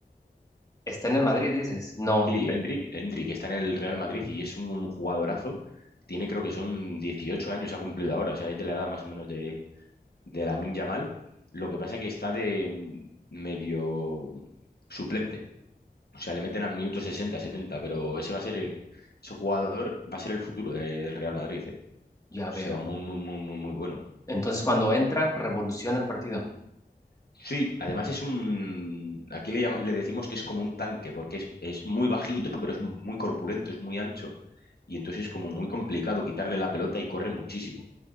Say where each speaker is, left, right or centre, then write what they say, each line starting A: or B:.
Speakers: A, on the left (about 20°); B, on the left (about 65°).
A: Está en el Madrid, dices, no,
B: Sí, Endrick, Endrick está en el Real Madrid y es un jugadorazo. Tiene, creo que son 18 años, ha cumplido ahora, o sea, es de la edad más o menos de, de Lamine Yamal. Lo que pasa que está de mm, medio suplente O sea, le meten al minuto 60, 70, pero ese va a ser, el- ese jugador va a ser el futuro de- del Real Madrid, ¿eh? O
A: ya
B: sea,
A: veo.
B: muy, muy, muy, muy, muy bueno.
A: Entonces cuando entra, revoluciona el partido.
B: Sí, además es un, aquí le, llama- le decimos que es como un tanque, porque es, es muy bajito, pero es muy corpulento, es muy ancho, y entonces es como muy complicado quitarle la pelota y corre muchísimo.